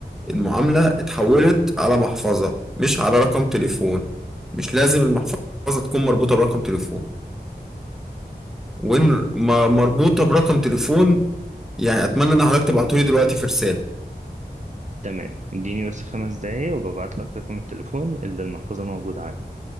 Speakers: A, in the centre; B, on the right (about 45°).
A: المعاملة اتحولت على محفظة مش على رقم تليفون مش لازم المحفظة تكون مربوطة برقم تليفون وان م- مربوطة برقم تليفون يعني اتمنى ان حضرتك تبعته لي دلوقتي في رسالة
B: تمام اديني بس خمس دقايق وببعت لك رقم التليفون اللي المحفظة موجودة عليه